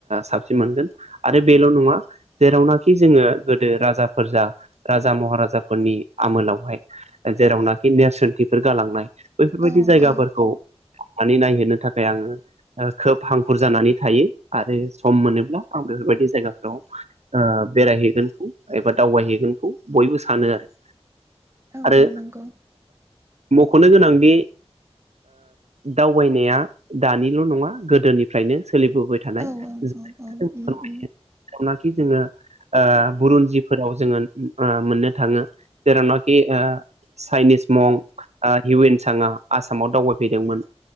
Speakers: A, on the right; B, on the right.
A: साबसिन मोनगोन। आरो बेल' नङा जेरावनाखि जोङो गोदो राजाफोर जा राजा महाराजाफोरनि आमोलावहाय जेरावनाखि नेरसोनथिफोर गालांनाय बैफोरबायदि
B: औ
A: जायगाफोरखौ
B: औ
A: सनानै नायहोनो थाखाय आङो खोब हांखुर जानानै थायो आरो सम मोनोब्ला आं बेफोरबायदि जायगाफोराव बेरायहैगोनखौ एबा दावबायहैगोनखौ बयबो सानो आरो।
B: औ
A: आरो
B: औ नंगौ
A: मख'नो गोनांदि दावबायनाया दानिल' नङा गोदोनिफ्रायनो सोलिबोबाय थानायखौ
B: औ
A: जोङो
B: औ उम
A: फोरमायो
B: उम
A: जाय नाखि जोंङो बुरन्जिफोराव जोङो मोननो थाङो जेरावनाखि ओ चाइनिस मं हिउ एन साङआ आसामाव दावबायफैदोंमोन।